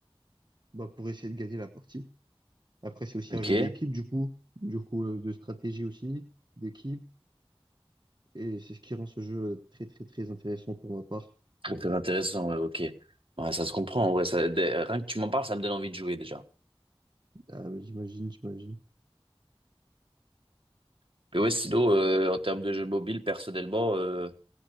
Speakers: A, on the right; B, on the right.
A: bah, pour essayer de gagner la partie. Après, c'est aussi
B: ok.
A: un jeu d'équipe, du coup, du coup, euh, de stratégie aussi, d'équipe. Et c'est ce qui rend ce jeu très, très, très intéressant pour ma part.
B: Très, très intéressant, ouais, ok. Ouais, ça se comprend, ouais, ça, dès- rien que tu m'en parles, ça me donne envie de jouer déjà.
A: Ah, mais j'imagine, j'imagine.
B: Mais ouais, sinon, euh, en termes de jeux mobile, personnellement, euh,